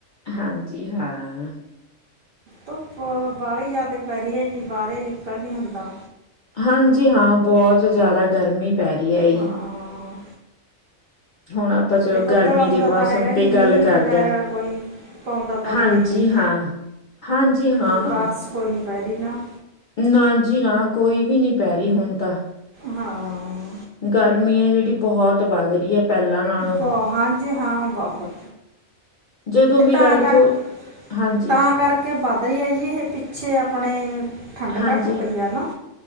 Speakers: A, on the left; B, on the right.
A: ਹਾਂਜੀ ਹਾਂ।
B: ਧੁੱਪ ਬਾਹਲੀ ਜ਼ਿਆਦਾ ਪੈ ਰਹੀ ਏ ਜੀ, ਬਾਹਰ ਨਿਕਲ ਨਹੀਂ ਹੁੰਦਾ।
A: ਹਾਂਜੀ ਹਾਂ, ਬਹੁਤ ਜ਼ਿਆਦਾ ਗਰਮੀ ਪੈ ਰਹੀ ਏ ਈ
B: ਹਾਂ
A: <inaudible> ਹੁਣ ਆਪ ਆਪਾਂ ਚਲੋ
B: ਅਤੇ ਬੱਦਲ
A: ਗਰਮੀ
B: ਆਉਂਦਾ
A: ਦੇ ਮੌਸਮ
B: ਤਾਂ ਹੈਗਾ ਜੀ
A: ਤੇ ਗੱਲ
B: ਮੀਂਹ
A: ਕਰਦੇਆਂ।
B: ਵਗੈਰਾ ਕੋਈ ਪਾਉਂਦਾ ਤਾਂ
A: ਹਾਂਜੀ
B: ਕੋਈ ਨਹੀਂ
A: ਹਾਂ, ਹਾਂਜੀ ਹਾਂ।
B: ਵੀ ਬਾਰਿਸ਼ ਕੋਈ ਨਹੀਂ <unintelligible> ਨਾ
A: ਨਾਂ ਜੀ ਨਾਂ, ਕੋਈ ਵੀ ਨ੍ਹੀਂ ਪੈ ਰਹੀ ਹੁਣ ਤਾਂ।
B: ਹਾਂ।
A: ਗਰਮੀ ਏ ਜਿਹੜੀ, ਬਹੁਤ ਵੱਧ ਰਹੀ ਐ ਪਹਿਲਾਂ ਨਾਲੋਂ।
B: ਬਹੁ ਹਾਂਜੀ ਹਾਂ, ਬਹੁਤ
A: ਜਦੋਂ
B: ਤੇ
A: ਵੀ
B: ਤਾਂ
A: ਲਾ ਲਓ
B: ਕਰ
A: ਥੋ ਹਾਂਜੀ
B: ਤਾਂ ਕਰਕੇ ਹ ਕੇ ਵੱਧ ਰਹੀ ਹੈ ਜੀ ਇਹ ਪਿੱਛੇ ਆਪਣੇ ਠੰਡ
A: ਹਾਂਜੀ
B: ਘੱਟ ਪਈ ਆ ਨਾ